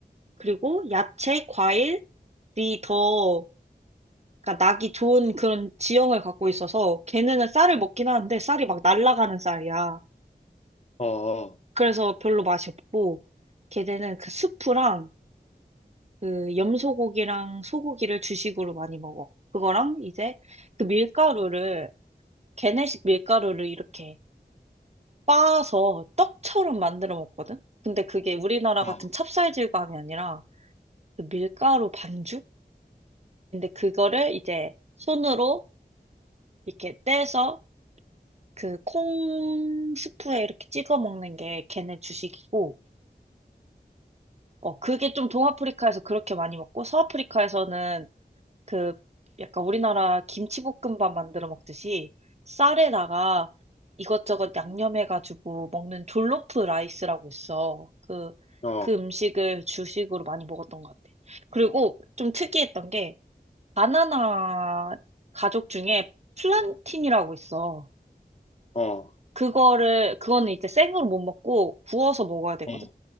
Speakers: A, on the right; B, on the left.
A: 그리고 야채, 과일이 더, 그러니까 나기 좋은 그런 지형을 갖고 있어서, 걔네는 쌀을 먹긴 하는데, 쌀이 막 날아가는 쌀이야.
B: 어, 어,
A: 그래서 별로 맛이 없고, 걔네는 그 수프랑, 그 염소고기랑 소고기를 주식으로 많이 먹어. 그거랑 이제 그 밀가루를, 걔네식 밀가루를 이렇게 빻아서 떡처럼 만들어 먹거든? 근데 그게 우리나라
B: 어,
A: 같은 찹쌀질감이 아니라 그 밀가루 반죽인데 그거를 이제 손으로 이렇게 떼서 그 콩 스프에 이렇게 찍어 먹는 게 걔네 주식이고, 어, 그게 좀 동아프리카에서 그렇게 많이 먹고, 서아프리카에서는 그 약간 우리나라 김치볶음밥 만들어 먹듯이 쌀에다가 이것저것 양념해가지고 먹는 졸로프 라이스라고 있어. 그,
B: 응, 어,
A: 그 음식을 주식으로 많이 먹었던 것 같아. 그리고 좀 특이했던 게 바나나 가족 중에 플란틴이라고 있어.
B: 어,
A: 그거를, 그거는 이제 생으로 못 먹고 구워서 먹어야 되거든.
B: 어,